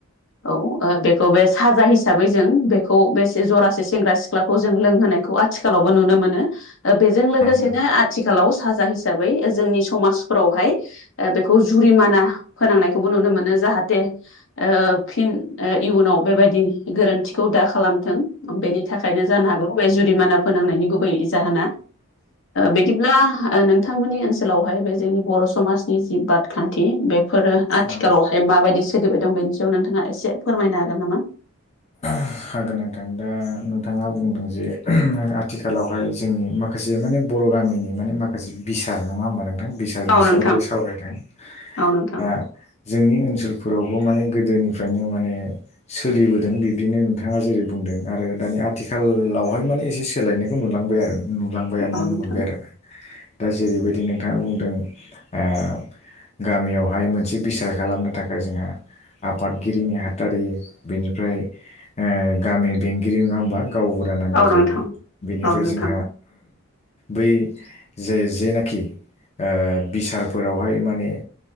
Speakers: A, on the left (about 65°); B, on the left (about 30°).
A: औ ओ बेखौ बे साजा हिसाबै जों बेखौ बे जरासे सेंग्रा सि सिख्लाखौ जों लोंहोनायखौ आथिखालावबो नुनो मोनो। बेजों लोगोसेनो
B: नोंथां
A: आथिखालाव साजा हिसाबै जोंनि समाजफोरावहाय बेखौ जुरिमाना फोनांनायखौबो नुनो मोनो जाहाथे ओ फिन ओ इयुनाव बेबायदि गोरोन्थिखौ दा खालामथों। बेनि थाखायनो जानो हागौ बे जुरिमाना फोनांनायनि गुबै जाहोना। बिदिब्ला नोंथांमोननि ओसोलाव ओनसोलावहाय बे जोंनि बर' समाजनि जि बादखान्थि बेफोरो आथिखालावहाय
B: औ औ
A: माबायदि सोलिबाय दं बे याव नोंथाङा एसे फोरमायनो हागोन नामा
B: होनांथां दा नोंथाङा बुंदों जे आथिखालावहाय जोंनि माखासे माखासे माने बर' गामिनि माने माखासे बिसार नङा होमबा नोंथां बिस सारनि
A: औ नोंथां
B: सायावनो सावरायदों
A: औ नोंथां
B: दा जोंनि ओनसोलफोरावबो माने गोदोनिफ्रायनो माने सोलिबोदों बिब्दिनो नथां बिथाङा जेरै बुंदों आरो दानि आथिखालावहाय माने एसे सोलायनायखौ नुलांबाय आरो नुलांबाय आरो
A: औ
B: नुनो
A: नोंथां
B: मोनबाय आरोना दा जेरैबायदि नोंथाङा बुंदों ओ गामियावहाय मोनसे बिसार खालामनो थाखाय जोंहा आफादगिरिनि नेहाथारि बिनिफ्राय ओ गामि बेंगिरि नङा होमबा गावबुरा नांगौ
A: औ
B: जायो
A: नोंथां
B: बेनिफ्राय
A: औ नोंथां
B: जोंहा बै जे जेनाखि ओ बिसारफोरावहाय माने